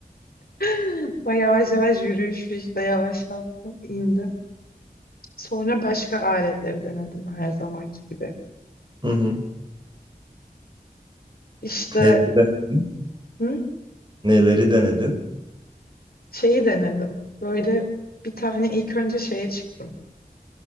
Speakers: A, on the left; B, on the right.
A: <laughs> Ama yavaş yavaş yürüyüş işte yavaşlattım indim. Sonra başka aletleri denedim her zamanki gibi.
B: Hı hı.
A: İşte
B: Neleri denedin?
A: hı,
B: Neleri denedin?
A: şeyi denedim. Böyle bir tane ilk önce şeye çıktım.